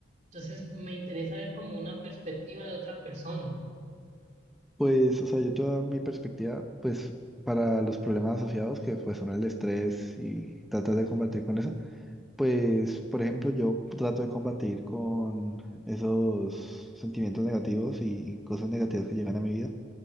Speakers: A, on the right; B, in the centre.
A: Entonces me interesa ver como una perspectiva de otra persona.
B: Pues, o sea, yo toda mi perspectiva, pues, para los problemas asociados, que pues son el estrés y tratas de combatir con eso, pues, por ejemplo, yo trato de combatir con esos sentimientos negativos y cosas negativas que llegan a mi vida,